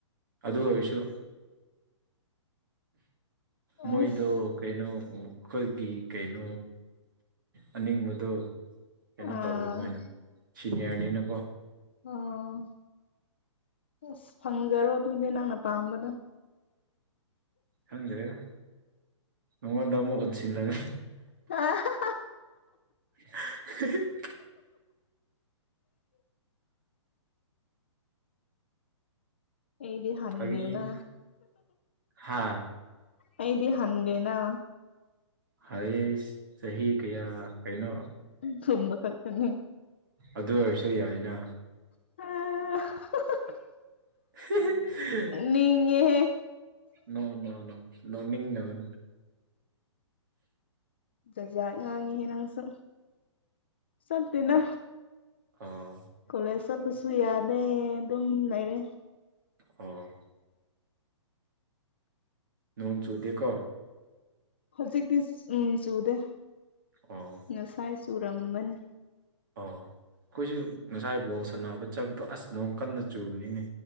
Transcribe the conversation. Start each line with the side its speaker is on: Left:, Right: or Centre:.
Right: ꯑꯗꯨ ꯑꯣꯏꯁꯨ
Left: ꯑꯁ
Right: ꯃꯣꯏꯗꫭ ꯀꯩꯅꯣ ꯑꯩꯈꯣꯏꯒꯤ ꯀꯩꯅꯣ ꯑꯅꯤꯡꯕꯗꯣ ꯀꯩꯅꯣ
Left: ꯑꯥ
Right: ꯇꯧꯕ ꯃꯣꯏꯅ ꯁꯤꯅꯤꯌꯥꯔꯅꯤꯅꯀꯣ
Left: ꯑꯣ ꯑꯁ ꯐꯪꯖꯔꯣ ꯑꯗꯨꯗꯤ ꯅꯪꯅ ꯄꯥꯝꯕꯗꯣ
Right: ꯈꯪꯗꯦꯗ ꯅꯪꯉꫭꯟꯗ ꯑꯃꯨꯛ ꯑꫭꯟꯁꯤꯜꯂꯒ
Left: ꯑ <unintelligible>
Right: <unintelligible>
Left: ꯑꯩꯗꯤ ꯍꯟꯗꯦꯅ
Right: ꯐꯥꯒꯤ ꯍꯥ
Left: ꯑꯩꯗꯤ ꯍꯟꯗꯦꯅ
Right: ꯍꯩꯏꯁ ꯆꯥꯍꯤ ꯀꯌꯥ ꯀꯩꯅꯣ
Left: ꯊꯨꯝꯕꯈꯛꯇꯅꯤ
Right: ꯑꯗꯨ ꯑꯣꯏꯔꯁꯨ ꯌꯥꯏꯅ
Left: ꯍꯥ <unintelligible>
Right: <unintelligible>
Left: ꯅꯤꯡꯉꯦꯍꯦ
Right: ꯅ ꫭꯅꫭ ꯅꫭ ꯅꫭꯛꯅꯤꯡꯅꯕꯅꯦ
Left: ꯖꯥꯠ ꯖꯠ ꯉꯥꯥꯡꯉꯤꯍꯦ ꯅꯪꯁꯨ ꯆꯠꯇꯦꯅ
Right: ꯑꯣ
Left: ꯀꯣꯂꯦꯁ ꯆꯠꯄꯁꯨ ꯌꯥꯗꯦ ꯑꯗꯨꯝ ꯂꯩꯔꯦ
Right: ꯑꯣ ꯅꯣꯡ ꯆꯨꯗꯦꯀꯣ
Left: ꯍꯧꯖꯤꯛꯇꯤ ꯎꯝ ꯆꯨꯗꯦ
Right: ꯑꯣ
Left: ꯉꯁꯥꯏ ꯆꯨꯔꯝꯕꯅꯤ꯫
Right: ꯑ ꯑꯩꯈꯣꯏꯁꯨ ꯉꯁꯥꯏ ꯕꫭꯜ ꯁꯥꯟꯅꯕ ꯆꯠꯄꯗꯣ ꯑꯁ ꯅꫭꯡ ꯀꯟꯅ ꯆꯨꯕꯅꯤꯅꯦ